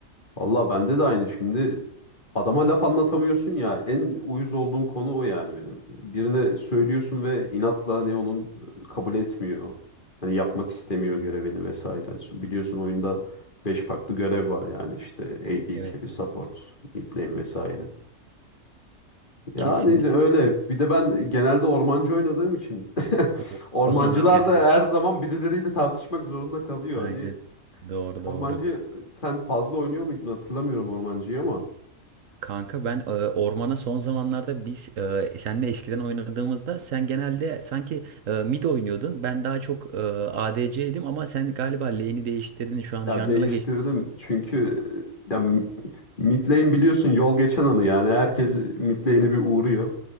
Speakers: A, on the left; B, on the right.
A: Valla bende de aynı şimdi. Adama laf anlatamıyorsun ya. En uyuz olduğum konu o yani benim. Birine söylüyorsun ve inatla ne onun e, kabul etmiyor. Hani yapmak istemiyor görevini vesaire. Şimdi Biliyorsun oyunda 5 farklı görev var yani işte AD
B: Evet,
A: carry,
B: evet.
A: support, mid lane vesaire. Ya
B: kesinlikle
A: neyse öyle. Bir de ben genelde ormancı oynadığım için <laughs>
B: o
A: ormancılar
B: <laughs> abi aynen.
A: da her zaman birileriyle tartışmak zorunda kalıyor.
B: Aynen.
A: Hani
B: Doğru
A: ormancı
B: doğru.
A: sen fazla oynuyor muydun hatırlamıyorum ormancıyı ama
B: Kanka ben e, ormana son zamanlarda biz e, senle eskiden oynadığımızda sen genelde sanki e, mid oynuyordun. Ben daha çok e, ADC'ydim ama sen galiba lane'i değiştirdin. Şu an
A: ya
B: jungle'a
A: değiştirdim
B: geç.
A: çünkü ya mid lane biliyorsun yol geçen anı yani herkes mid lane'e bir uğruyor.